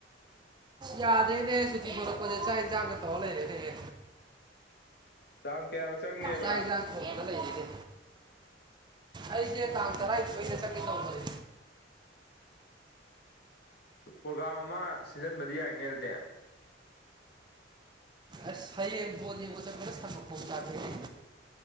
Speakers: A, on the right; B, on the left.
A: ꯌꯥꯗꯦꯅꯦ ꯁꯨꯇꯤ ꯂꯧꯊꯣꯛꯄꯁꯦ ꯆꯥꯛ ꯏꯟꯆꯖꯥꯡꯗ ꯇꯧ ꯂꯩꯔꯦꯅꯦꯍꯦ
B: ꯇꯥꯡ ꯀꯌꯥꯗ ꯆꯪꯅꯦꯕ
A: ꯆꯥꯛ ꯏꯟꯁꯥꯡ ꯂꯩꯔꯤꯅꯦ ꯑꯩꯁꯦ ꯇꯥꯡ ꯇꯔꯥꯊꯣꯏꯅꯦ ꯆꯪꯒꯦ ꯇꯧꯕꯅꯦ
B: ꯄ꯭ꯔꯣꯒꯥꯝ ꯑꯃ ꯁꯤꯟꯖꯟꯕꯗꯤ ꯌꯥꯏꯅꯦ ꯑꯗꯨꯗꯤ
A: ꯑ ꯁꯣꯗꯤꯕꯨ ꯀ ꯁꯥ ꯄꯆꯗꯅꯦ